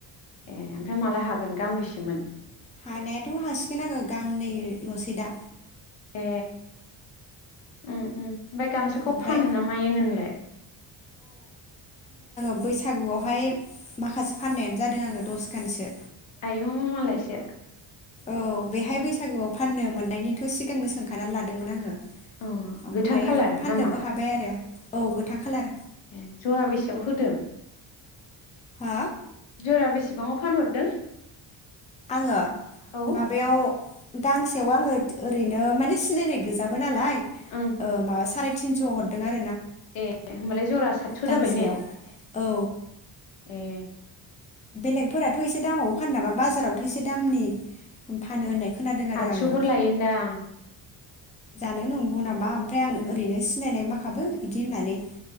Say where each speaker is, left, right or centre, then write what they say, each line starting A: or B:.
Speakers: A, on the left; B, on the left.
A: ए ओमफ्राय माला हागोन गांबेसेमोन?
B: हानायाथ' हासिगोन आङो गांनै ल'सै दा।
A: ए ओम ओम। ओमफ्राय गामसाखौ
B: ओमफ्राय
A: फानो ना मायो नोंलाय?
B: बैसागुवावहाय माखासे फाननायानो जादों आङो दसखानसो।
A: आइऔ मालायसो।
B: औ बेहाय बैसागुआव फाननो मोननायनिथ' सिगांनो सोंखानानै लादोंमोन आङो
A: अ
B: ओमफ्रायो
A: गोथां खालार
B: फाननोबो
A: नामा
B: हाबाय आरो। औ गोथां खालार।
A: ए जरा बेसेयाव होदों?
B: हो
A: जरा बेसेबां? फानहरदों।
B: आङो
A: औ
B: माबायाव गांसेयाव आङो ओरैनो माने सिनायनाय गोजाबो नालाय।
A: ओं
B: ओ माबा थिनस' हरदों आरो।
A: ए होमबालाय जरा सातस'
B: गांसेयाव
A: जाबाय ने
B: औ
A: ए।
B: बेलेगफोराथ' एसे दामाव फानोबा बाजाराव एसे दामनि फानो होननाय खोनादों आरो
A: आतस'फोर
B: आङो
A: लायोनदां।
B: जानो दङ नामा ओमफ्राय आं
A: उम
B: ओरैनो सिनाय माखा हाबो बिदि होननानै